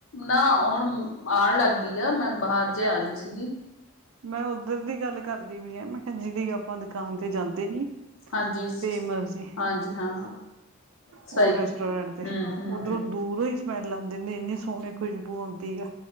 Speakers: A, on the left (about 70°); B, on the right (about 80°).
A: ਨਾ ਹੁਣ ਆਉਣ ਲੱਗ ਗਈ ਆ ਮੈਂ ਬਾਹਰ ਜੇ ਆ ਗਈ ਸੀਗੀ
B: ਮੈਂ ਉੱਧਰ ਦੀ ਗੱਲ ਕਰਦੀ ਪੀ ਆਂ ਮੈਂ ਕਿਹਾ ਜਿਹੜੀ ਆਪਾਂ ਦੁਕਾਨ ਤੇ ਜਾਂਦੇ ਨੀ
A: ਹਾਂਜੀ
B: ਫੇਮਸ ਜੀ
A: ਹਾਂਜੀ ਹਾਂ ਸਹੀ
B: ਉਹ ਰੈਸਟੋਰੈਂਟ
A: ਹਮ
B: ਤੇ
A: ਹਮ
B: ਉੱਧਰੋਂ
A: ਹਮ
B: ਦੂਰੋਂ ਹੀ ਸਮੈਲ ਆਉਂਦੇਦੀ ਇੰਨੀ ਸੋਹਣੀ ਖੁਸ਼ਬੂ ਆਉਂਦੀ ਆ